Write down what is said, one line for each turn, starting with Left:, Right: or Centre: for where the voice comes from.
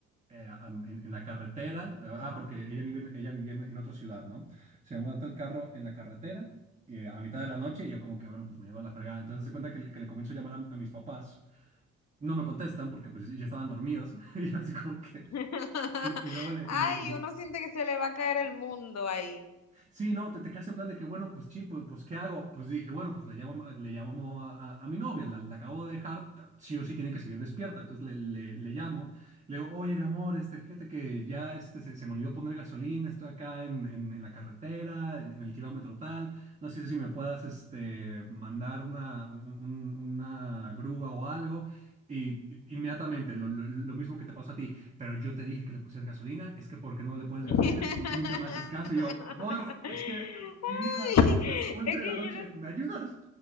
Right: eh, am- en, en la carretera, eh,
Left: Wow.
Right: ah, porque ella vive, en- ella vivía en, en otra ciudad, ¿no? Se me mata el carro en la carretera y, eh, a mitad de la noche y yo como que, bueno, pues me iba a la fregada. Entonces, hace cuenta que, le- que le comienzo a llamar a, a mis papás. No me contestan porque pues ya estaban dormidos <laughs> y así como que...
Left: <laughs>
Right: Y, y luego le,
Left: Ay,
Right: le, le-
Left: uno siente que se le va a caer el mundo ahí.
Right: Sí, no, te, te quedas en plan de que, bueno, pues chin, pues, pues, ¿qué hago? Pues dije, bueno, pues le llamo, le llamo a, a- a mi novia, la, la acabo de dejar, ta- sí o sí tiene que seguir despierta. Entonces le, le- le llamo, le digo, oye, mi amor, este, fíjate que ya este, se, se me olvidó poner gasolina, estoy acá en, en- en la carretera, en, en el kilómetro tal, no sé si me puedas este, mandar una, un- un- una grúa o algo. Y y- inmediatamente, lo, lo- lo mismo que te pasó a ti pero yo te dije que le pusieras gasolina, es que ¿por qué no le pones
Left: <laughs>
Right: gasolina? Nu- nunca me haces caso. Y yo, amor, <laughs> mi
Left: Ay,
Right: vida, son las 11
Left: es
Right: de
Left: que
Right: la noche,
Left: yo no-
Right: ¿me ayudas?